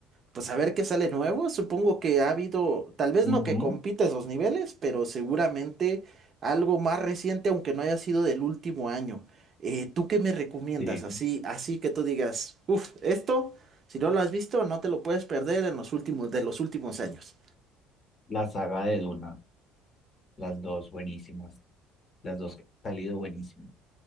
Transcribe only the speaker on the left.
ujú,
sí.
La saga de Duna, las dos buenísimas. Las dos que han salido buenísimas.